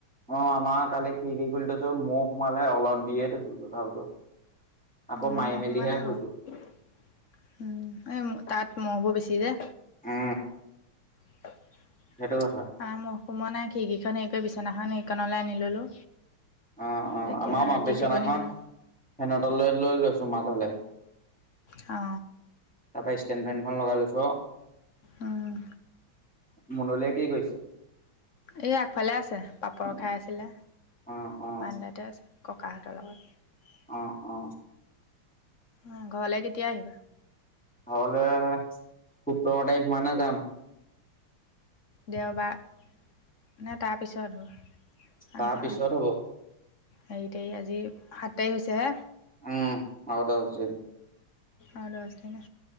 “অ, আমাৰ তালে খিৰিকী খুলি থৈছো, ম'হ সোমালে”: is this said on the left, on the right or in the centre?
Centre